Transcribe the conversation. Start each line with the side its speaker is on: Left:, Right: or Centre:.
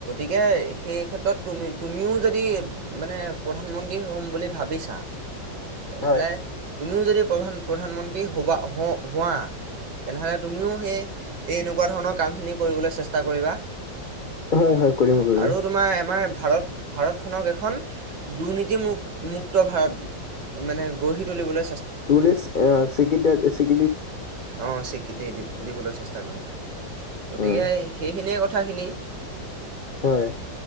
Right: কেই সেই ক্ষেত্ৰত তুমি - তুমিও যদি মানে প্ৰধানমন্ত্ৰী হ'ম বুলি ভাবিছা তেনেহলে
Left: হয়
Right: তুমিও যদি প্ৰধান প্ৰধানমন্ত্ৰী হ'বা হওঁক। হোৱা তেনেহ'লে তুমিও সেই এই এনেকুৱা ধৰণৰ কামখিনি কৰিবলৈ চেষ্টা কৰিবা।
Left: হয় - হয় কৰিম-
Right: অ'
Left: কৰিম।
Right: আৰু তোমাৰ আমাৰ ভাৰত - ভাৰতখনক এখন দুৰ্নীতি মু - মুক্ত ভাৰত মানে গঢ়ি তুলিবলৈ।
Left: পুলিচ আহ ', চিকি
Right: অহ ', স্বীকৃতি দি দিব লৈছে। চেষ্টা কৰিবা। গতিকে
Left: উম
Right: সেইখিনিয়ে কথা। কথাখিনি।
Left: হয়